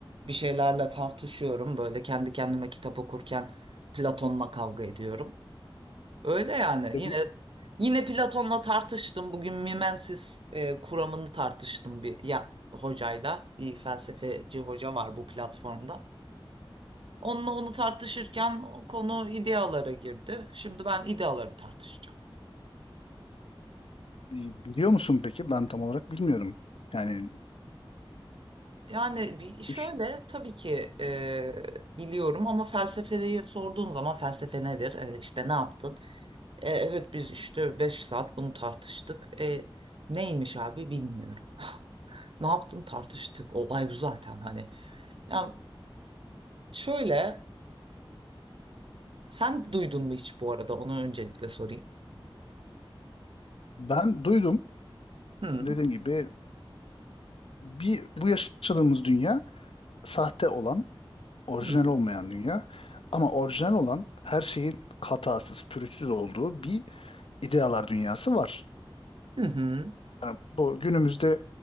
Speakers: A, on the right; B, on the left.
A: Bir şeylerle tartışıyorum. Böyle kendi kendime kitap okurken Platon'la kavga ediyorum. Öyle yani
B: E,
A: yine
B: bi-
A: yine Platon'la tartıştım. Bugün Mimensis e, kuramını tartıştım bir ya, hocayla. Bir felsefeci hoca var bu platformda. Onunla onu tartışırken konu idealara girdi. Şimdi ben ideaları tartışacağım.
B: bi- biliyor musun peki? Ben tam olarak bilmiyorum. Yani
A: Yani bir- şöyle
B: üç,
A: tabii ki e, biliyorum ama felsefeyi sorduğun zaman felsefe nedir? E, işte ne yaptın? E, evet biz işte 5 saat bunu tartıştık. E, neymiş abi bilmiyorum. <laughs> Ne yaptın tartıştık. Olay bu zaten hani. Ya şöyle sen duydun mu hiç bu arada onu öncelikle sorayım.
B: ben duydum.
A: Hı
B: Dediğim gibi bir bu yaşadığımız dünya sahte olan, orijinal
A: hı
B: olmayan dünya. Ama orijinal olan her şeyin hatasız, pürüzsüz olduğu bir idealar dünyası var.
A: hı hı.
B: Yani bu günümüzde